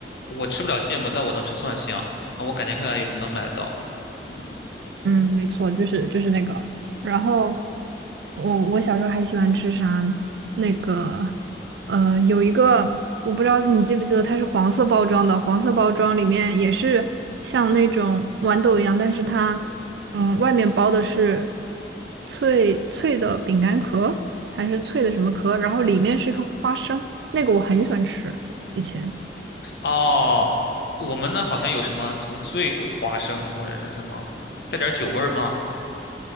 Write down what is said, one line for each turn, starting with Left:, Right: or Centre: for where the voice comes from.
Left: 我吃不了芥末，但我能吃蒜香。那我感觉看看有没有能买到。嗯，
Right: 嗯，没错，就是就是那个。然后我我小时候还喜欢吃啥？那个呃，有一个我不知道你记不记得，它是黄色包装的，黄色包装里面也是像那种豌豆一样，但是它嗯外面包的是脆脆的饼干壳，还是脆的什么壳，然后里面是一颗花生，那个我很喜欢吃，以前。
Left: 哦，我们那好像有什么什么醉鬼花生或者是什么，带点酒味儿吗？